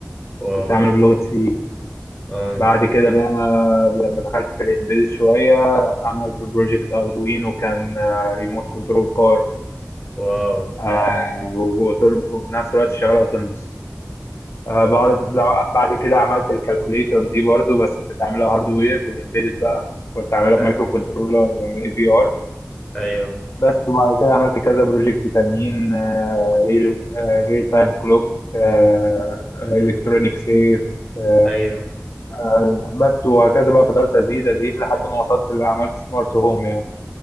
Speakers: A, on the left (about 20°); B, on the left (about 60°).
A: واو
B: كنت عامله بلغة سي
A: اه
B: بعد كده بقى لما دخلت في الامبيد شوية عملت بروجكت اردوينو كان ريموت كنترول كار
A: واو
B: آه وأوتون- وفي نفس الوقت شغاله اوتونوموس آه بعد بعد كده عملت الكالكوليتر دي برضو بس كنت عاملها هاردوير بالامبيدد بقى كنت عاملها
A: أ-
B: بمايكرو كنترولر اي في ار
A: أيوه
B: بس وبعد كده عملت كذا بروجكت تانيين آه ريل آه ريل تايم كلوك آه الكترونيك سيف آه
A: ايوه
B: آه، بس وهكذا بقى فضلت ازيد ازيد لحد ما وصلت اللي عملت سمارت هوم يعني